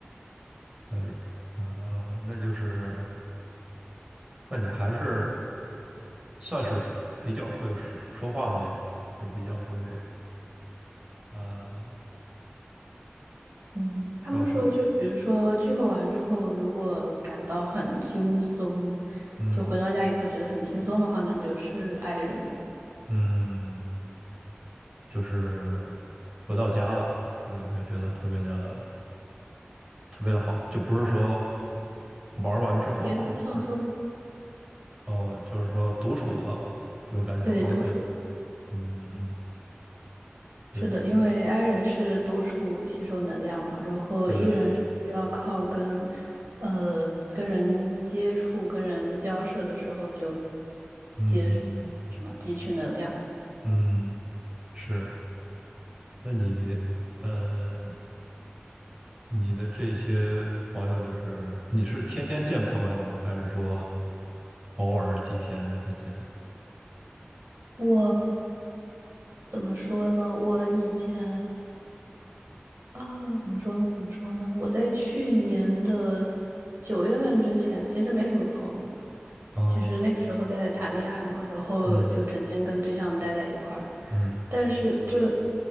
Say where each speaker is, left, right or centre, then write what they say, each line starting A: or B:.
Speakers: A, on the right (about 25°); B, on the right (about 70°).
A: 可以啊，那就是那你还是算是比较会说说话的那种，就是比较会呃
B: 嗯，他们说就比如说聚会完之后，
A: 比较会，
B: 如果感到很轻松，
A: 嗯
B: 就回到家以后觉得很轻松的话那就是 i 人，
A: 嗯，就是回到家了就就觉得特别的。特别的好，就不是说玩儿完之后好，
B: 别人放松，
A: 而哦，就是说独处了就会感觉到放松。
B: 对，独处。
A: 嗯，对，
B: 是的，因为
A: 嗯
B: I 人是独处吸收能量嘛，然后
A: 对，
B: E 人是需要靠跟，呃，跟人接触、跟人交涉的时候就
A: 嗯
B: 接呃什么汲取能量。
A: 嗯，是。那你呃，你的这些朋友，就是你是天天见朋友吗？还是说偶尔几天会见？
B: 我怎么说呢？我以前啊，怎么说呢？怎么说呢？我在去年的九月份之前，其实没什么朋友。
A: 啊，
B: 就是那个时候在谈恋爱嘛，然后就整天跟对象待在一块儿，
A: 嗯嗯
B: 但是就，